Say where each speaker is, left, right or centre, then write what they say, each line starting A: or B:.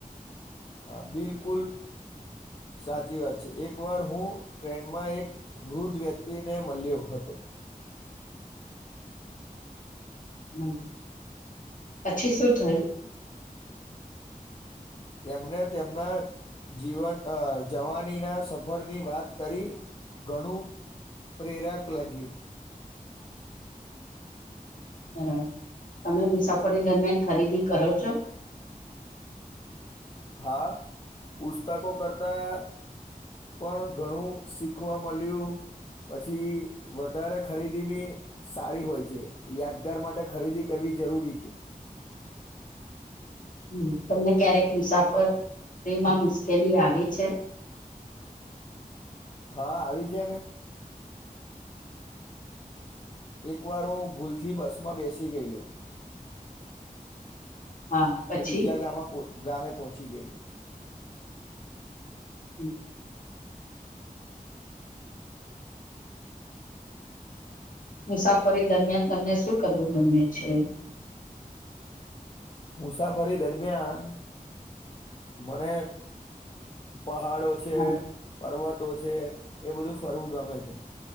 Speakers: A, on the left; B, on the left.
A: હા બિલકુલ સાચી વાત છે, એક વાર હું ટ્રેનમાં એક વૃદ્ધ વ્યક્તિને મલયો હતો.
B: <inaudible> હમ પછી શું થયું?
A: તેમણે તેમના જીવન અ જવાનીના સફરની વાત કરી ઘણું પ્રેરાક લાગ્યું.
B: બરાબર તમે મુસાફરી દરમિયાન ખરીદી કરો છો? <inaudible>
A: હા પુસ્તકો કરતા પણ ઘણું શીખવા મલયુ પછી વધારે ખરીદી બી સારી હોય છે, યાદગાર માટે ખરીદી કરવી જરૂરી છે.
B: <inaudible> તમને ક્યારેક મુસાફરીમાં મુશ્કેલી આવી છે? <inaudible>
A: હા આવી છે ને એક વાર હું ભૂલથી બસમાં બેસી ગયલો
B: હા પછી
A: પહી બીજા ગામ ગામે પોહોચી ગયેલું
B: હમ. મુસાફરી દરમિયાન તમને શું કરવું ગમે છે?
A: મુસાફરી દરમિયાન મને પહાડો છે,
B: હા
A: પર્વતો છે, એ બધું ફરવું ગમે છે.